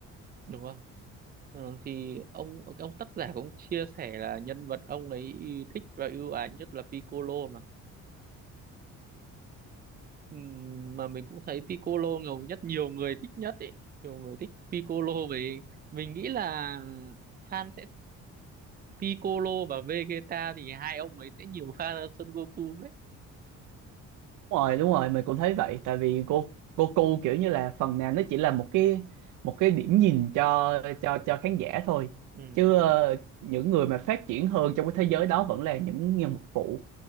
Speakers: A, on the right; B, on the right.
A: đúng rồi Ờ, thì ông ông tác giả cũng chia sẻ là nhân vật ông ấy thích và ưu ái nhất là Piccolo mà Ừm, mà mình cũng thấy Piccolo ngầu nhất nhiều người thích nhất ấy nhiều người thích Piccolo về mình nghĩ là fan sẽ Piccolo và Vegeta thì hai ông ấy sẽ nhiều fan hơn Son Goku ấy
B: Đúng rồi, đúng rồi, mình cũng thấy vậy tại vì cô Goku kiểu như là phần nào nó chỉ là một cái một cái điểm nhìn cho cho cho khán giả thôi.
A: Ừm,
B: Chứ ờ, những người mà phát triển hơn trong cái thế giới đó vẫn là những nhân vật phụ.